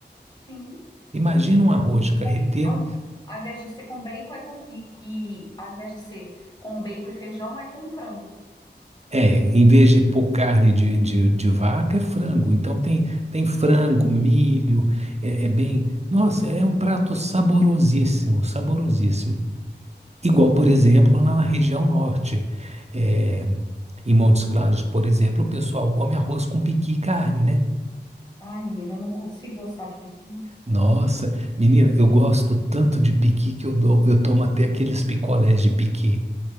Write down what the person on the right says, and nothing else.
Imagina um arroz de carreteiro
É, em vez de pôr carne de, de, de vaca, é frango. Então tem, tem frango, milho, é, é bem. Nossa, é um prato saborosíssimo, saborosíssimo. Igual,
por exemplo, lá na região norte. É, em Montes Claros, por exemplo, o pessoal come arroz com piqui e carne, né?
Nossa, menina, eu gosto tanto de piqui que eu dou, eu tomo até aqueles picolés de piqui.